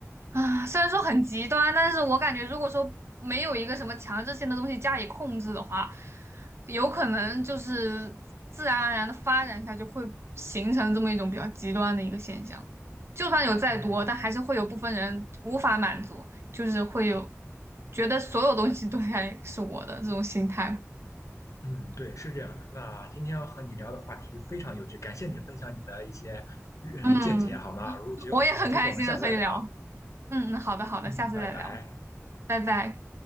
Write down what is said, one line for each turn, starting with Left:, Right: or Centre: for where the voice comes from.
Right: 啊，虽然说很极端，但是我感觉如果说没有一个什么强制性的东西加以控制的话，有可能就是自然而然的发展下就会形成这么一种比较极端的一个现象。就算有再多，
Left: 哦，
Right: 但还是会有部分人无法满足，就是会有觉得所有东西都该是我的这种心态。
Left: 嗯，对，是这样的。那今天要和你聊的话题非常有趣，感谢你分享你的一些嗯见解，
Right: 嗯，
Left: 好吗？如果有机会有机会，
Right: 我也很开心的和你聊。
Left: 我们下次再聊。
Right: 嗯嗯，好的好的，
Left: 嗯，
Right: 下次再聊，
Left: 拜拜。
Right: 拜拜。